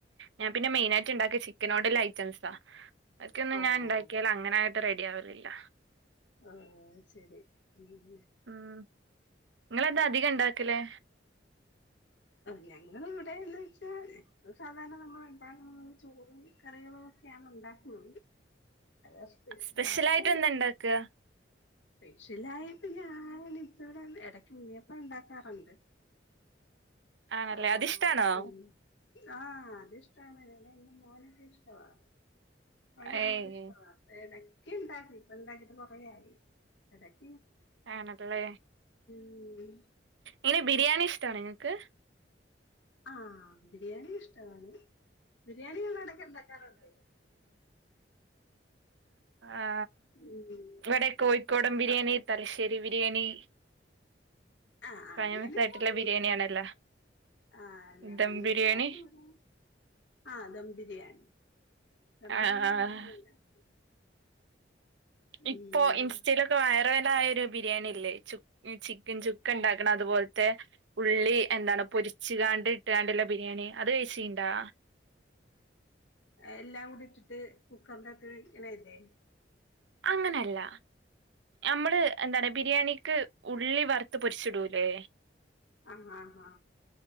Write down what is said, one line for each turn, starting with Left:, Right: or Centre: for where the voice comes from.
Right: ഞാൻ പിന്നെ മെയിൻ ആയിട്ട് ഇണ്ടാക്കിയ ചിക്കന നോട് ഇല്ല ഐറ്റംസാ അക്കൊന്നും
Left: ഓഹ്
Right: ഞാൻ ഉണ്ടാക്കിയല്ല അങ്ങനെ ആയിട്ട് റെഡി ആവലില്ല
Left: ആ അയ് ശരി ഉം
Right: ഉം നിങ്ങെന്താ അധികം ഇണ്ടാക്കലേ
Left: ഞങ്ങ ഇവിടെന്ന് വെച്ചാൽ സാധാരണ നമ്മൾ ഉണ്ടാക്കു ന്നാ ചോറും കറികളും ക്ക ഉണ്ടാക്ക എ സ്പെഷ്യലായിട്ട
Right: സ്പെഷ്യൽ ആയിട്ട് എന്താ ഉണ്ടാക്കുക
Left: സ്പെഷ്യലായിട്ട് ഞാൻ ഇപ്പ ഇവിടെ ഇടക്ക് ഉണ്ണിയപ്പം ഉണ്ടാക്കാറുണ്ട്
Right: ആണല്ലേ
Left: ആ
Right: അതിഷ്ടാണോ
Left: ഉ ആ അതിഷ്ടാണ് അല്ല മോനക്കെ ഇഷ്ടമാണ് അവന് ഭയങ്കര
Right: ഏയ്
Left: ഇഷ്ടമാണ് എടക്ക് ക്ക്‌ ഇണ്ടാക്കി ഇപ്പ ഇണ്ടാക്കിട്ട് കുറയായി എടക്
Right: ആണല്ലേ
Left: ഉം
Right: എങ്ങനാ ബിരിയാണി ഇഷ്ട്ടാണ നിങ്ങക്ക്
Left: ആ ബിരിയാണി ഇഷ്ടാണ് ബിരിയാണിവ്ടെ എടക്ക് ഇണ്ടാക്കാറുണ്ട്
Right: ആ
Left: ഉം
Right: ഇവിടെ കോഴിക്കോടൻ ബിരിയാണി തലശ്ശേരി ബിരിയാണി
Left: ആ അങ്ങനൊന്നും
Right: ഫേമസ് ആയിട്ടുള്ള ബിരിയാണിയാണല്ലോ
Left: ആ ഞങ്ങ
Right: ദം ബിരിയാണി
Left: ഞാനിവടെ ആ ദം ബിരിയാണി ദം
Right: ആഹ്
Left: ബിരിയാണി <unintelligible>
Right: ഇപ്പോ
Left: ഉം
Right: ഇൻസ്റ്റെലൊക്കെ വയറ റലായ ഒരു ബിരിയാണില്ലേ ചുക് ചിക്കൻ ചുക്ക് ഇണ്ടാക്കണ അതുപോലത്തെ ഉള്ളി എന്താണ് പൊരിച്ചുകാണ്ട് ഇട്ടുകാണ്ട്ള്ള ബിരിയാണി അത് കഴിച്ചീണ്ടാ
Left: എല്ലാം കൂടി ഇട്ടിട്ട് കുക്കറിന്റെ അകത്ത് വേവിക്കണെയല്ലേ
Right: അങ്ങനല്ല നമ്മള് എന്താണ് ബിരിയാണി ക്ക് ഉള്ളി വറുത്ത് പൊരിച്ചിടൂല്ലേ
Left: ആ ഹ ഹ